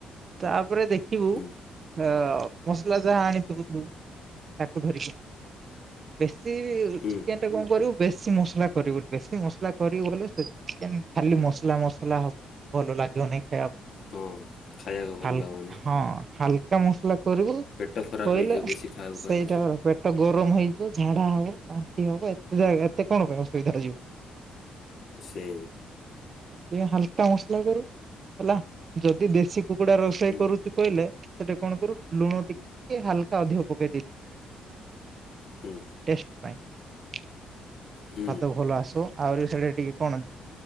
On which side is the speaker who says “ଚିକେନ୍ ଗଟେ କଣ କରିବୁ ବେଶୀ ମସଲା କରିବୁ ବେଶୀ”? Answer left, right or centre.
Right